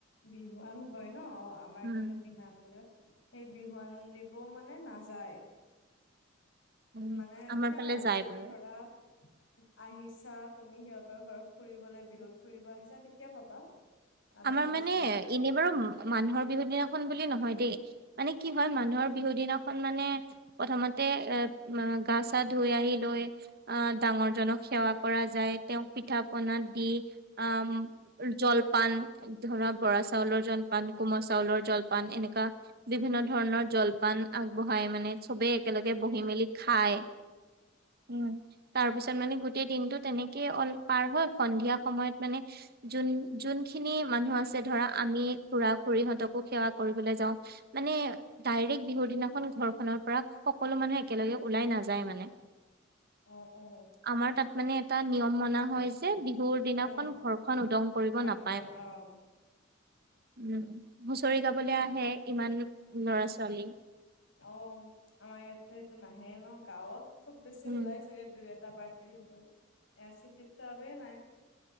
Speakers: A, on the left (about 70°); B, on the right (about 50°).
A: বিহুৱান কয় ন অ আমাৰ
B: উম
A: এইফালে বিহান বুলি কয়। সেই বিহুৱান দিবও মানে নাযায়।
B: উম
A: মানে
B: আমাৰ
A: সে
B: ফালে
A: আৰু
B: যায়
A: যদি
B: বাৰু
A: ধৰা আহিছে তাত তুমি সিহঁতৰ ঘৰত ফুৰিবলে বিহুত ফুৰিব আহিছা তেতিয়া পাবা আদাৰৱাইজ
B: আমাৰ মানে
A: নাযায়
B: এনে বাৰু মানুহৰ বিহু দিনাখন বুলি নহয় দেই মানে কি হয় মানুহৰ বিহু দিনাখন মানে প্ৰথমতে এ গা চা ধুই আহি লৈ আহ ডাঙৰ জনক সেৱা কৰা যায় তেওঁক পিঠা পনা দি। উম জল পান ধৰা বৰা চাউলৰ জলপান কোমল চাউলৰ জলপান এনেকোৱা বিভিন্ন ধৰণৰ জলপান আগবঢ়াই মানে চবেই একেলগে বহি মেলি খায়। উম। তাৰ পিছত মানে গোটেই দিনতো তেনেকেই অল পাৰ হয় সন্ধিয়া সময়ত মানে যোন যোনখি নি মানুহ আছে ধৰা আমি খুৰা খুৰীহঁতকো সেৱা কৰিবলৈ যাও মানে ডাইৰেক্ট বিহুৰ দিনাখন ঘৰখনৰ পৰা সকলো মানুহে একেলগে ওলাই নাযায় মানে
A: অহ অ
B: আমাৰ তাত মানে এটা নিয়ম মনা হয় যে বিহুৰ দিনাখন
A: উম
B: ঘৰখন উদং কৰিব
A: থাকিব
B: নাপ
A: অ
B: উম হুচৰি গাবলৈ আহে ইমান লৰা ছোৱালী
A: অ আমাৰ ইয়াততো এইটো নাহে ন গাঁৱত। খুব বেছি
B: উম।
A: ওলাই চাগে দুই এ তাৰপৰা এইটোৱে এয়া চিত তিটো আৰু নাই। <unintelligible>